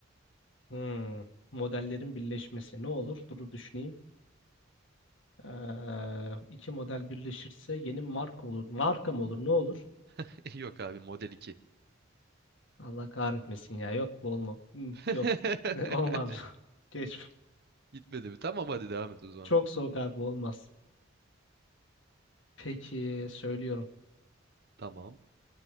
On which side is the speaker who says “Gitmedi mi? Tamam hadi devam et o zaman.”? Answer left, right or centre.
Right